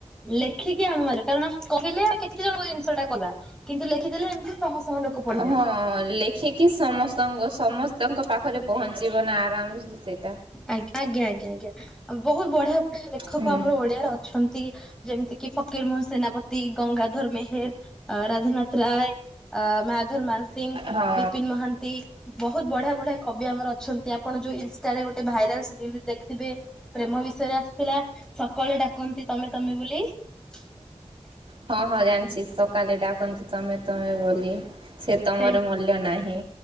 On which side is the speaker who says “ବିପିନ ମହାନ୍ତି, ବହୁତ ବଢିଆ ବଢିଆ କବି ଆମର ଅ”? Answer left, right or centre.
Centre